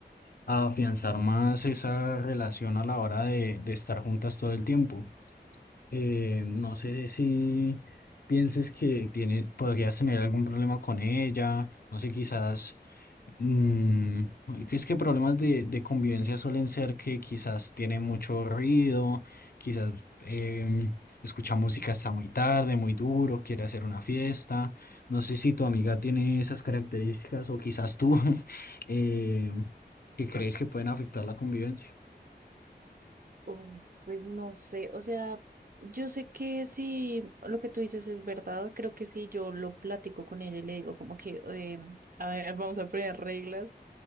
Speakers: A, on the left; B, on the right.
A: a afianzar más esa relación a la hora de, de estar juntas todo el tiempo. Eh, no sé si pienses que tiene, podrías tener algún problema con ella, no sé, quizás Mm, ay, que es que problemas de, de convivencia suelen ser que quizás tiene mucho ruido, quizás em, escucha música hasta muy tarde, muy duro, quiere hacer una fiesta. No sé si tu amiga tiene esas características o quizás tú <laughs> em, que crees que pueden afectar la convivencia.
B: Mm, Pues no sé, o sea, yo sé que si lo que tú dices es verdad, creo que si yo lo platico con ella y le digo como que, eh, a ver, vamos a poner reglas